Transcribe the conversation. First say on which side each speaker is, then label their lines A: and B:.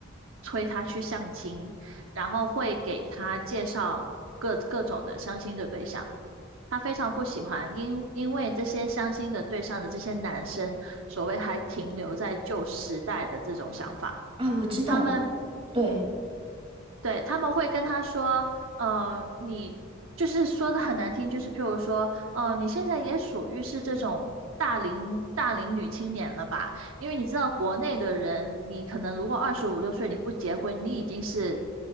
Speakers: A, on the right (about 80°); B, on the right (about 30°).
A: 催他去相亲。然后会给他介绍各各种的相亲的对象。他非常不喜欢，因因为这些相亲的对象的这些男生，所谓还停留在旧时代的这种想法，
B: 啊。我知道，
A: 他们
B: 对，
A: 对，他们会跟他说，呃，你就是说的很难听，就是譬如说，呃，你现在也属于是这种大龄大龄女青年了吧？因为你知道国内的人，你可能如果二十五六岁你不结婚，你已经是